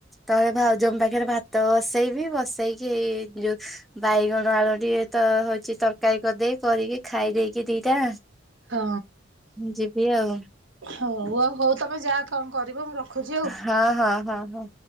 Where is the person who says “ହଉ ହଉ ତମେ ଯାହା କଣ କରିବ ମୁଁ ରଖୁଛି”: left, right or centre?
Right